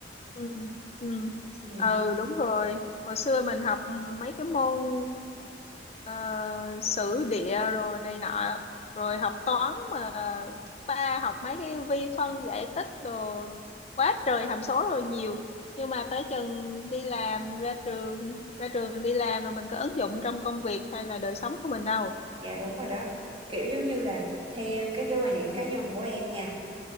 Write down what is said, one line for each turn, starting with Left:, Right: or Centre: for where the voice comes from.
Left: ừ ừ
Right: ừ,
Left: ừ đúng rồi hồi xưa mình học mấy cái môn ờ, sử địa rồi này nọ rồi học toán mà cấp ba học mấy cái vi phân giải tích đồ quá trời hàm số rồi nhiều nhưng mà tới chừng đi làm ra trường ra trường đi làm rồi mình có ứng dụng trong công việc hay là đời sống của mình đâu
Right: dạ đúng rồi đó kiểu giống như là theo cái cái quan điểm cá nhân của em nha